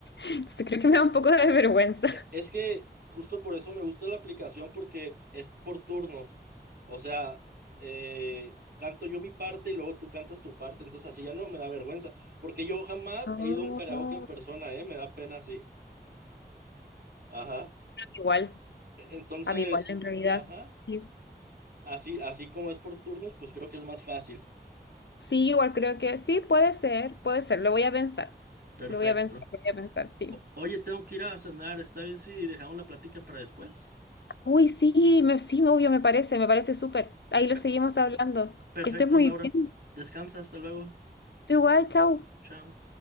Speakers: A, on the left (about 85°); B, on the right (about 65°).
A: Entonces creo que me da un poco de vergüenza.
B: E- Es que justo por eso me gusta la aplicación porque es por turnos. O sea, eh, canto yo mi parte y luego tú cantas tu parte. Entonces así ya no me da vergüenza. Porque yo jamás
A: Ah,
B: he ido a un karaoke en persona, ¿eh? Me da pena así. Ajá.
A: A mí igual,
B: E- Entonces,
A: a mí igual en realidad.
B: ajá.
A: Sí.
B: Así, así como es por turnos, pues creo que es más fácil.
A: Sí, igual creo que sí, puede ser, puede ser, lo voy a pensar.
B: Perfecto.
A: Lo voy a pensar, lo voy a pensar, sí.
B: O- oye, tengo que ir a cenar. ¿Está bien si dejamos la plática para después?
A: Uy, sí, me, sí, obvio, me parece, me parece súper. Ahí lo
B: Pe-
A: seguimos hablando.
B: perfecto,
A: Que estés muy
B: Laura.
A: bien.
B: Descansa, hasta luego.
A: Tú igual, chao.
B: Chao.